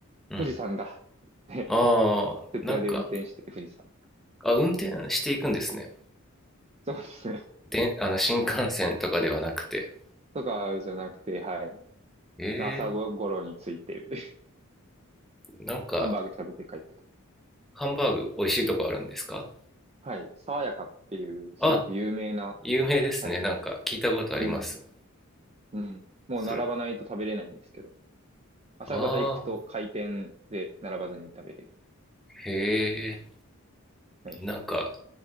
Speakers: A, in the centre; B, on the right.
A: うん。
B: 富士山だ。って、
A: ああ、
B: <laughs> 徹夜で運転して富士山。
A: なんか、あ、運転していくんですね。
B: そうですね。
A: で、あの、新幹線とかではなくて。
B: とかじゃなくて、はい。
A: え
B: 朝ごろに着いて、<laughs>
A: え、なんか、
B: ハンバーグ食べて帰ってくる。
A: ハンバーグ美味しいとこあるんですか
B: はい。爽やかっていう、すごく有名な、
A: あ、有名ですね。
B: はい。
A: なんか聞いたことあります。
B: うん。うん。もう並ばないと食べれないんですけど、
A: それ、
B: 朝方行くと開店で並ばずに食べれる。
A: ああ、へえ。
B: はい。
A: なんか、